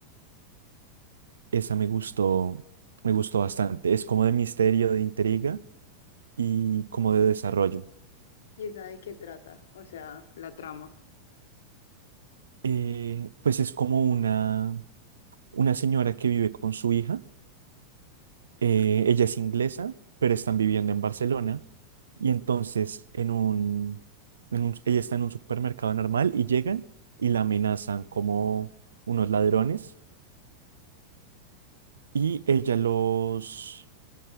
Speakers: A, on the right; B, on the left.
A: Esa me gustó, me gustó bastante. Es como de misterio, de intriga y como de desarrollo.
B: Y esa de qué trata, o sea, la trama.
A: Eh, pues es como una, una señora que vive con su hija Eh, ella es inglesa, pero están viviendo en Barcelona. Y entonces en un, en un- ella está en un supermercado normal y llegan y la amenazan como unos ladrones y ella los,